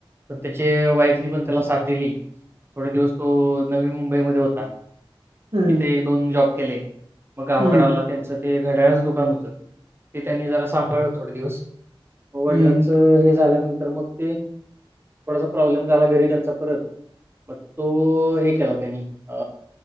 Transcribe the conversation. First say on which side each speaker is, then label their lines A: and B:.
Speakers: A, on the right; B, on the right.
A: पणं त्यांचे वाईफनी पणं त्यांला सांथ दिली थोडं दिवसं तो नवी मुंबईमंध्ये होतां
B: हम्म
A: तेथे एक दोन जॉब केले मंग गावांकडे
B: हम्म
A: आलां त्यांचं ते घड्यांळचं दुकानं होत ते त्यांनी जरां सांभाळलं थोडे दिवसं वडिलांचं
B: हम्म
A: हे झाल्यांनंतर मंग हम्मं थोडांसा प्रॉब्लेम झालां घरी त्यांच्या परंत मंग तो केलां त्यांनी अ